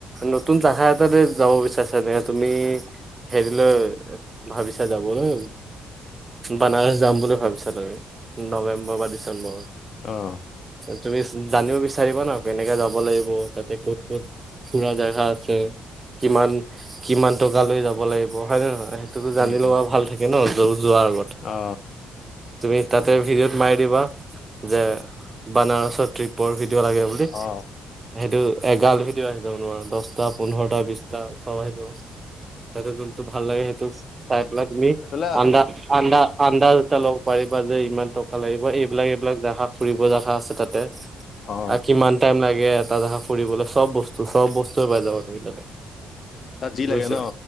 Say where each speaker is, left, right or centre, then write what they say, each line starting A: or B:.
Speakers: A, on the right (about 25°); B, on the left (about 55°).
A: নতুন শাখা এটাতে যাব বিচাৰিছা নে তুমি হেৰিলৈ, ভাবিছা যাবলৈ বানাৰস যাম বুলি ভাবিছা তুমি, নৱেম্বৰ বা ডিচেম্বৰত
B: অ'
A: তুমি জানিব বিচাৰিবা ন কেনেকে যাব লাগিব, তাতে ক'ত ক'ত ফুৰা জাগা আছে কিমান, কিমান টকা লৈ যাব লাগিব, হয় নে নহয়? তো জানি
B: উম।
A: লোৱা ভাল থাকে ন যো- যোৱাৰ আগত
B: অ
A: তুমি তাতে ভিডিঅ'ত মাৰি দিবা, যে বানাৰসৰ ট্ৰিপৰ ভিডিঅ' লাগে বুলি
B: অ
A: হেটো এগালভিদিও আছে যাব নোৱাৰো দহটা, পোন্ধৰটা, বিশটা চ'ব আহি যাব তেহত যোনটো ভাল লাগে সেইটো চাই পেলা তুমি
B: এইফালে আহো
A: আন্দা আন্দা আন্দাজটা ল'ব পাৰিবা যে ইমান থ লাগিব এইবিলাক এইবিলাক জহা ফুৰিব জহা আছে তাতে
B: অ
A: কিমান টাইম লাগে এটা জা ফুৰিবলৈ চ'ব বস্তু চ'ব বস্তু পাই যাব তাল
B: তাত যি লাগে
A: বুজিছা
B: ন